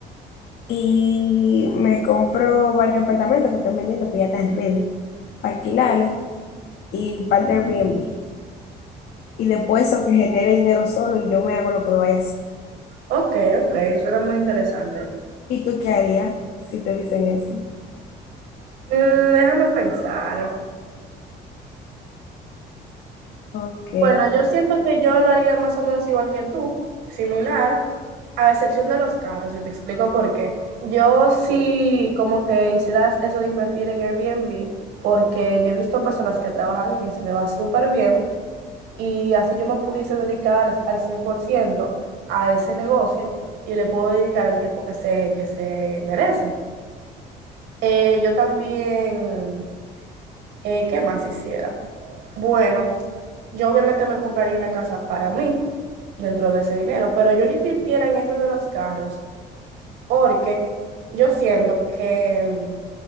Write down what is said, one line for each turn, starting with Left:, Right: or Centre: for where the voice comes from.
Left: Y me compro varios apartamentos que están vendiendo que ya están ready, para alquilarlo y para el Airbnb. y después eso que genere dinero solo y yo me hago lo que me vaya a hacer.
Right: Ok, ok, eso era muy interesante.
Left: ¿Y tú qué harías si te dicen eso?
Right: Mm, déjame pensar.
Left: Ok.
Right: Bueno, yo siento que yo lo haría más o menos igual que tú, similar, a excepción de los carros, y te explico por qué. Yo sí como que hicieras eso de invertir en Airbnb, porque yo he visto personas que trabajan en eso y le va súper bien, y así yo me pudiese dedicar al 100% a ese negocio y le puedo dedicar el tiempo que se, que se merece. Eh, yo también Eh, ¿qué más hiciera? Bueno, yo obviamente me compraría una casa para mí dentro de ese dinero, pero yo no invirtiera en eso de los carros porque yo siento que mm,